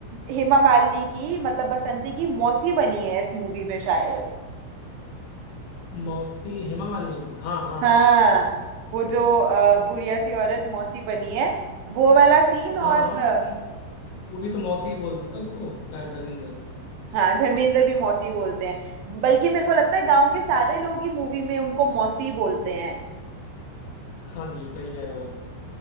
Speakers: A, on the right; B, on the left.
A: हेमा मालिनी की मतलब बसंती की मौसी बनी है इस मूवी में शायद
B: मौसी हेमा मालिनी की हाँ हाँ
A: हाँ
B: हाँ
A: वो जो अ, बुढ़िया सी औरत मौसी बनी है वो वाला सीन
B: हाँ
A: और
B: हाँ हाँ
A: अ,
B: वो वो भी तो मौसी ही बोलता है उसको शायद धर्मेंद्र
A: हाँ धर्मेंद्र भी मौसी बोलते हैं बल्कि मेरे को लगता है गांव के सारे लोग ही मूवी में उनको मौसी बोलते हैं
B: हाँ जी सही कह रहे हो